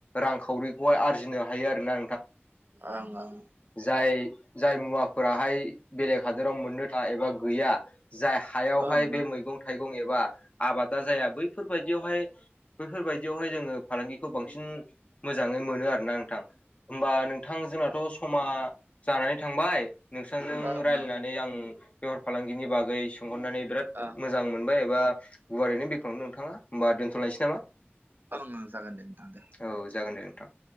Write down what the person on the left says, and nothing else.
रांखावरिखौहाय आरजिनो हायो आरोना
जाय जाय मुवाफोराहाय बेलेग हादोराव मोननो था एबा गैया। जाय हायावहाय
बे मैगं थाइगं एबा आबादा जाया बैफोरबायदियावहाय बैफोरबायदियावहाय जोङो फालांगिखौ बांसिन मोजाङै मोनो आरोना नोंथां। होमबा नोंथां जोंनाथ' समा जानानै थांबाय नोंसोरजों
रायलायनानै आं बेफार फालांगिनि बागै सोंहरनानै बिराद
मोजां मोनबाय एबा गुवारैनो बेखनो नोंथाङा होनोमबा दोनथ'लायनोसै नामा?
औ जागोन दे नोंथां